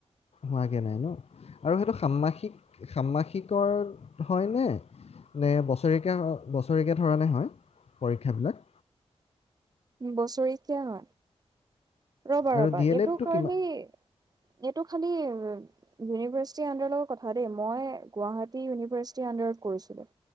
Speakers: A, on the left (about 70°); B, on the right (about 35°).
A: হোৱাগৈ নাই ন। আৰু সেইটো সাম্মাসিক, সাম্মাসিকৰ হয়নে? নে বছৰেকীয়া, বছৰেকীয়া ধৰণে হয় পৰীক্ষাবিলাক?
B: বছেৰেকীয়া হয়। ৰ'বা,
A: আৰু
B: ৰ'বা!
A: ডিএলএডটো
B: এইটো কাৰণেই
A: কিমান
B: এইটো খালি ইউনিভাৰ্চিটিৰ আণ্ডাৰৰ লগত কথা দেই। মই গুৱাহাটী ইউনিভাৰ্চিটিৰ আণ্ডাৰত কৰিছিলোঁ।